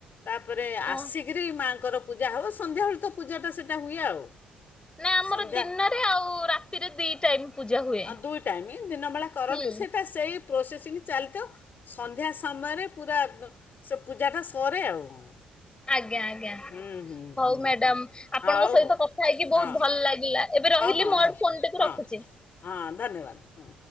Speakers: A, on the left; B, on the left.
A: ତାପରେ
B: ଓ
A: ଆସିକିରି ମା କର ପୂଜା ହଉ ସନ୍ଧ୍ୟାବେଳେ ତ ପୂାଜା ଟା ସେଟା ହୁଏ ଆଉ।
B: ନାଁ ଆମର
A: ସନ୍ଧ୍ୟା
B: ଦିନରେ ଆଉ ରାତିରେ ଦି ଟାଇମ୍ ପୂଜା ହୁଏ
A: ଆଉ ଦୁଇ ଟାଇମ୍ ଦିନବେଳା କରନ୍ତି
B: ହୁଁ।
A: ସେଇଟା ସେଇ ପ୍ରୋସେସିଂ ଚାଲିଥାଉ। ସନ୍ଧ୍ୟା ସମୟରେ ପୁରା ସେ ପୂଜାଟା ସରେ ଆଉ କ'ଣ
B: ଆଜ୍ଞା ଆଜ୍ଞା ହଉ
A: ହୁଁ ହୁଁ ହୁଁ
B: ମ୍ୟାଡାମ୍
A: ହୁଁ
B: ଆପଣଙ୍କ
A: ହଉ
B: ସହିତ
A: ହଉ
B: କଥା ହେଇକି ବହୁତ
A: ହଁ
B: ଭଲ ଲାଗିଲା। ଏବେ ରହିଲି
A: ହଁ
B: ମୋଆଡୁ
A: ହଁ
B: ଫୋନଟା କୁ
A: ହଁ
B: ରଖୁଚି।
A: ହଁ ଧନ୍ୟବାଦ ହଁ